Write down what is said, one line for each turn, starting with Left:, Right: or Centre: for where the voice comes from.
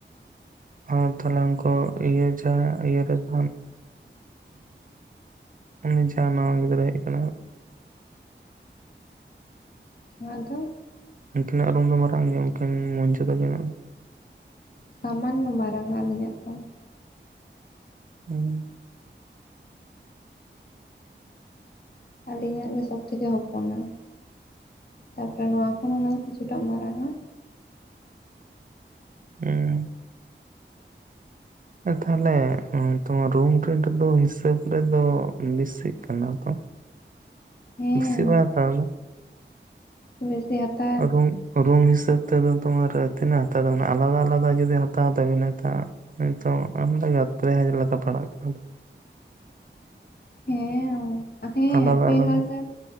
Right: ᱦᱮᱸ ᱛᱟᱦᱟᱞᱮ ᱩᱱᱠᱩ ᱤᱭᱟᱹ ᱡᱟᱦᱟ ᱤᱭᱟᱹ ᱨᱮ <inaudible> ᱩᱱᱤ ᱡᱟᱦᱟᱸ ᱱᱟᱣᱟ ᱜᱤᱫᱽᱨᱟᱹ ᱦᱮᱡ ᱟᱠᱟᱱᱟ
Left: ᱱᱚᱣᱟ ᱫᱚ
Right: ᱩᱱᱠᱤᱱᱟᱜ ᱨᱩᱢ ᱫᱚ ᱢᱟᱨᱟᱝ ᱜᱮᱭᱟ ᱩᱱᱠᱤᱱ ᱢᱚᱱᱡᱩ ᱛᱟᱹᱠᱤᱱᱟᱜ
Left: ᱥᱟᱢᱟᱱᱱᱚ ᱢᱟᱨᱟᱝᱼᱟ ᱟᱹᱞᱤᱧᱟᱜ ᱠᱷᱚᱱ
Right: ᱦᱩᱸ
Left: ᱟᱹᱞᱤᱧᱟᱜ ᱜᱮ ᱥᱚᱵ ᱛᱷᱮᱠᱮ ᱦᱚᱯᱚᱱᱟ ᱛᱟᱯᱚᱨᱮ ᱱᱚᱣᱟ ᱠᱷᱚᱱ ᱚᱱᱟ ᱫᱚ ᱠᱤᱪᱷᱩᱴᱟᱜ ᱢᱟᱨᱟᱝ ᱟ
Right: ᱩ ᱛᱟᱦᱞᱮ ᱛᱳᱢᱟ ᱨᱩᱢ ᱨᱮᱱᱴ ᱫᱚ ᱦᱤᱥᱟᱹᱵ ᱨᱮᱫᱚ ᱵᱮᱥᱤᱜ ᱠᱟᱱᱟ ᱛᱚ
Left: ᱦᱮᱸ
Right: ᱵᱥᱤ ᱵᱟᱭ ᱦᱟᱛᱟᱣᱫᱟ
Left: ᱵᱮᱥᱤ ᱦᱟᱛᱟ
Right: ᱨᱩᱢ ᱨᱩᱢ ᱦᱤᱥᱟᱹᱵ ᱫᱚ ᱛᱢᱟᱨ ᱛᱤᱱᱟᱹᱜ ᱦᱟᱛᱟᱣ ᱛᱟᱵᱚᱱᱟ ᱟᱞᱟᱫᱟ ᱟᱞᱟᱫᱟ ᱡᱩᱫᱤ ᱦᱟᱛᱟᱣ ᱛᱟᱵᱤᱱᱟ ᱛᱟ ᱛᱚ ᱟᱢᱫᱟᱜᱮ ᱯᱮ ᱦᱟᱡᱟᱨ ᱞᱮᱠᱟ ᱯᱟᱲᱟᱜ ᱠᱟᱱᱟ
Left: ᱦᱮᱸ ᱦᱮᱸ
Right: ᱟᱞᱟᱫᱟ
Left: ᱯᱮᱦᱟᱡᱟᱨ
Right: ᱟᱞᱟᱫᱟ